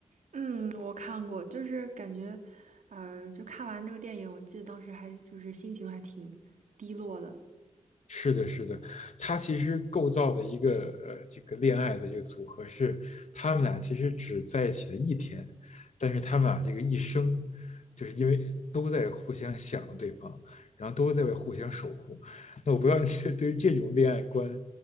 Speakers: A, on the right; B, on the left.
A: 嗯，我看过，就是感觉，呃，就看完这个电影，我记得当时还就是心情还挺低落的。
B: 是的，是的，他其实构造的一个呃这个恋爱的这个组合是，他们俩其实只在一起了一天，但是他们俩这个一生，就是因为都在互相想着对方，然后都在为互相守护。那我不知道你 <laughs> 对于这种恋爱观，